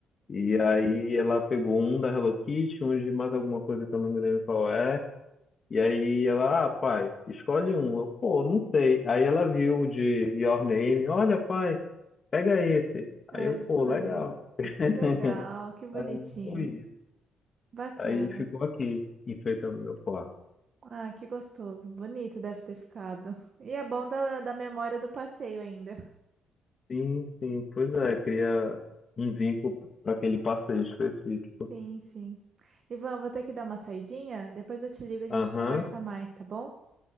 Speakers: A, on the left; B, on the right.
A: E aí ela pegou um da Hello Kitty, um de mais alguma coisa que eu não me lembro qual é. E aí ela, ah, pai, escolhe um. Eu, pô, não sei. Aí ela viu o de Your Name, olha, pai, pega esse.
B: Ah,
A: Aí
B: ela
A: eu,
B: escolheu.
A: pô, legal. <laughs>
B: Que legal, que bonitinho.
A: Aí foi isso.
B: Bacana.
A: Aí ficou aqui, enfeitando meu quarto.
B: Ah, que gostoso. Bonito deve ter ficado. E é bom da, da memória do passeio ainda.
A: Sim, sim, pois é, cria um vínculo para aquele passeio específico.
B: Sim, sim. Ivan, vou ter que dar uma saidinha. Depois eu te ligo e a gente
A: Aham,
B: conversa mais, tá bom?